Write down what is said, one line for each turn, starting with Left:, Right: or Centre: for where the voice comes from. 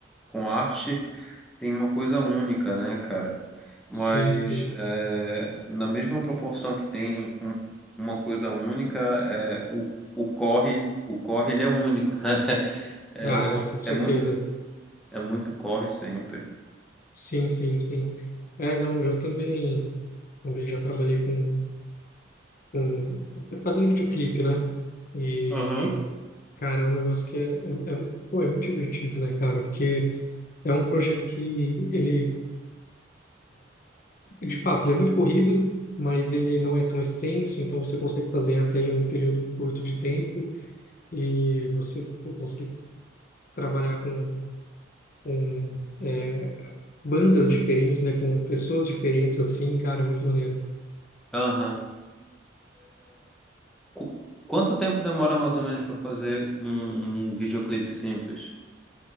Centre: com arte tem uma coisa única, né, cara?
Left: Sim,
Centre: Mas
Left: sim.
Centre: é, na mesma proporção que tem um- uma coisa única, é, o, o corre, o corre ele é único. <laughs> É,
Left: Ah, é, com certeza.
Centre: é, mu é muito corre sempre.
Left: Sim, sim, sim. É, não, eu também, também já trabalhei com com- fazendo videoclipe, né? E,
Centre: Aham.
Left: cara, é um negócio que é, é, é- pô, é muito divertido, né, cara? Porque é um projeto que ele, de fato, ele é muito corrido, mas ele não é tão extenso, então você consegue fazer até em um período curto de tempo e você, pô, conseguir trabalhar com, com é, bandas diferentes, né? Com pessoas diferentes, assim, cara, é muito maneiro.
Centre: Aham. Qu- Quanto tempo demora mais ou menos para fazer um, um videoclipe simples?